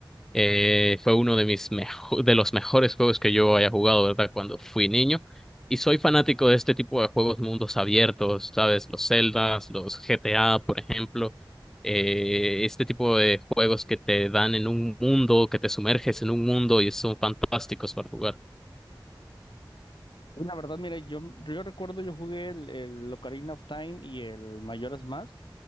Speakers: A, in the centre; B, on the left (about 70°).
A: Eh, fue uno de mis mejo- de los mejores juegos que yo haya jugado, ¿verdad? Cuando fui niño. Y soy fanático de este tipo de juegos mundos abiertos, ¿sabes? Los Zeldas, los GTA, por ejemplo. Eh, este tipo de juegos que te dan en un mundo, que te sumerges en un mundo y son fantásticos para jugar.
B: La verdad, mira, yo, yo recuerdo, yo jugué el, el Ocarina of Time y el Majora's Mask.